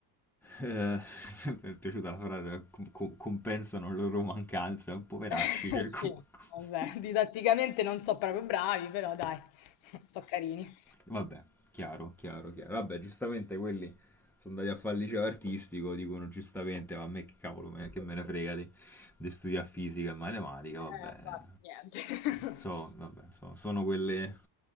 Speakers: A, in the centre; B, on the left.
A: Eh, <laughs> mi è piaciuta la frase, com- com- compensano le loro mancanze, poveracci,
B: <laughs>
A: cioè,
B: Sì,
A: com-
B: vabbè,
A: com-
B: didatticamente non so proprio bravi, però dai, <laughs> so carini.
A: vabbè, chiaro, chiaro, chiaro. Vabbè, giustamente quelli sono andati a fare il liceo artistico, dicono giustamente, ma a me che cavolo, me, che me ne frega di, di studiare fisica e matematica,
B: Eh,
A: vabbè,
B: infatti, niente.
A: so,
B: <laughs>
A: vabbè, so- sono quelle,